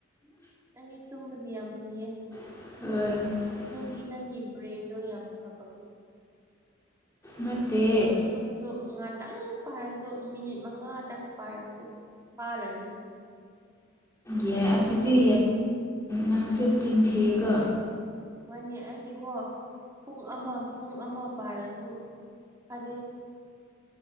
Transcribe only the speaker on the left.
ꯑ
ꯅꯠꯇꯦ
ꯌꯥꯏ ꯑꯗꯨꯗꯤ ꯅꯪꯁꯨ ꯆꯤꯟꯊꯤꯑꯀꯣ